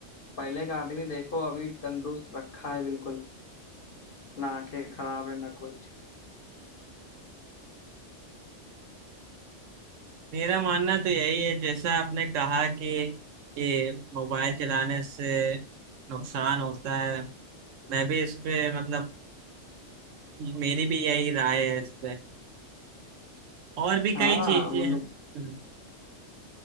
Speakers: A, on the left; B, on the right.
A: पहले का आदमी देखो अभी तंदुरुस्त रखा है बिल्कुल ना आंखें खराब है ना कुछ
B: मेरा मानना तो यही है जैसा आपने कहा कि ये मोबाइल चलाने से नुकसान होता है मैं भी इस पे मतलब मेरी भी यही राय है इस पे और भी
A: हाँ
B: कई चीजें
A: उन
B: हैं